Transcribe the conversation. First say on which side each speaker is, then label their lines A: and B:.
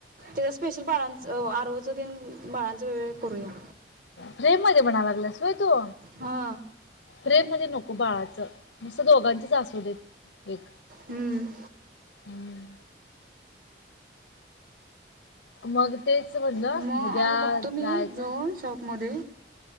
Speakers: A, on the right; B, on the left.
A: ते स्पेशल बाळांच आरो च तं बाळांचा वेळ करूया.
B: फ्रेम मध्ये म्हणाला लागायस व्हय तु?
A: हां
B: फ्रेम मध्ये नको बाळाचं नुसं दोघांचंच असू देत एक
A: हम्म
B: हम्म मग तेच म्हणलं
A: म
B: उद्या
A: आज बघतो मी
B: जायचं
A: जऊन शॉप मध्ये.